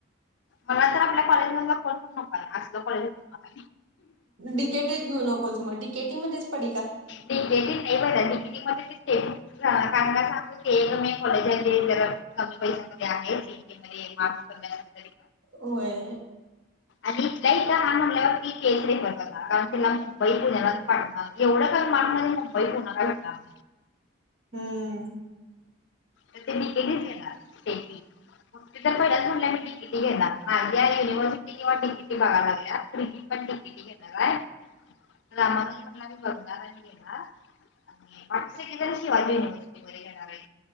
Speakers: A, on the left (about 65°); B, on the right (about 80°).
A: मला तर आपल्या कॉलेज मध फोन पण नकला आज कॉलेज मणा
B: डीकेटीत घेऊ नकोच मग डडीकेटी मध्येच पडी
A: नकती नाही पडली सांगू क कॉलेज आहे जरा कमी पैशामध्ये आहे सीटी मध्येफ
B: होय
A: आणि इथ इथ हा म्हणल्यावर की केसरे बर्गला कारण तिला मुंबई पुण्या्या पाणार एवढं मनमध्ये मुंबईत होणारला भेटणार
B: हम्म.
A: तर ते बिकेटी घेणार स्टेट तर पहिल्याच म्हण मी तिकिटी घेणार माझ्या युनिव्हर्सिटी किंवा तिकिटी बघायलागे त पण तिकिटी घेणार आहे रामाग म्ह म बंग घेणार पाट तर शिवाजी युनिव्हर्सिटी घेणार आहे